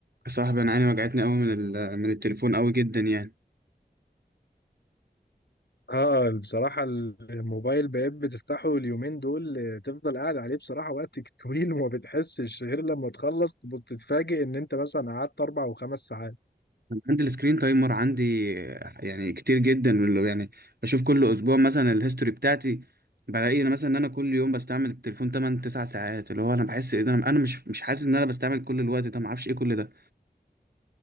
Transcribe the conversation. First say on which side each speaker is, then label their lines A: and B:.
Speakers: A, on the right; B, on the left.
A: يا صاحبي انا عيني وجعتني قوي من ال- من التليفون قوي جدا يعني
B: اه آه، بصراحة الموبايل بقيت بتفتحه اليومين دول آه، تفضل قاعد عليه بصراحة وقت <laughs> طويل وما بتحسش غير لما تخلص تب- تتفاجئ ان انت مثلا قعدت اربع وخمس ساعات
A: أنا عندي السكرين تايمر عندي يعني كتير جدا من اللي- يعني بشوف كل اسبوع مثلا الهيستوري بتاعتي بلاقي انا مثلا ان انا كل يوم بستعمل التليفون 8 9 ساعات اللي هو انا بحس ايه ده انا أنا مش مش حاسس ان انا بستعمل كل الوقت ده ما اعرفش ايه كل ده